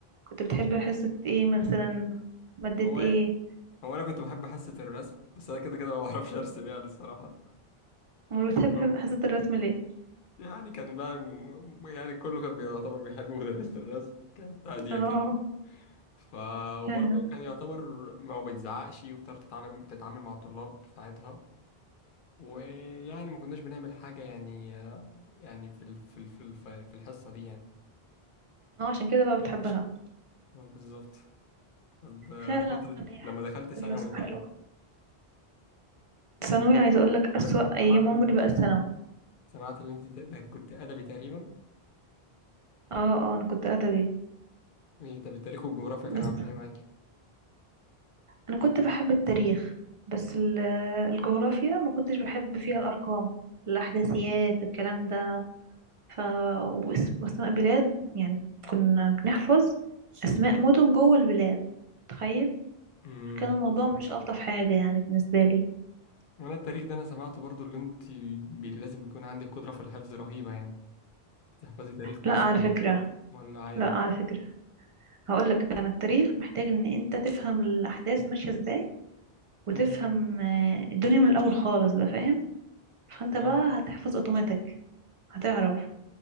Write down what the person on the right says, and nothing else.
كنت بتحب حصة ايه مثلا مادة
ايه
امال بتحب
حصة الرسم ليه
اه
فعلا
اه عشان كده بقى بتحبها
فعلا
هي
حصة
الرسم
حلوة
ثانوي عايزة اقولك اسوأ
ايام
عمري
بقى الثانوي
اه اه انا كنت ادبي
بس
انا كنت بحب التاريخ بس ال- الجغرافيا ما كنتش بحب فيها الارقام الاحداثيات الكلام ده ف واسم- واسماء بلاد يعني كنا بنحفظ اسماء مدن جوه البلاد تخيل
كان الموضوع مش ألطف حاجة يعني بالنسبة لي
لا
على
فكرة
لا على فكرة هقول لك أنا التاريخ محتاج إن أنت تفهم الأحداث ماشية إزاي وتفهم
آه، الدنيا من الأول خالص بقى فاهم فأنت بقى
هتحفظ أوتوماتيك هتعرف